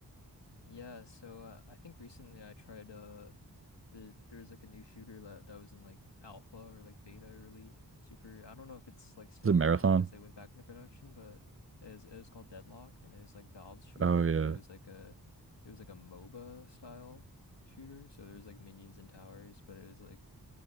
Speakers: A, on the left; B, on the right.
A: Yeah, so uh, I think recently I tried uh the there was like a new shooter that that was in like alpha or like beta early super. I don't know if it's like still
B: The marathon.
A: around because they went back into production, but it was it was called Deadlock and it was like Valve's shooter,
B: Oh yeah.
A: but it was like a it was like a MOBA style shooter. So there was like minions and towers, but it was like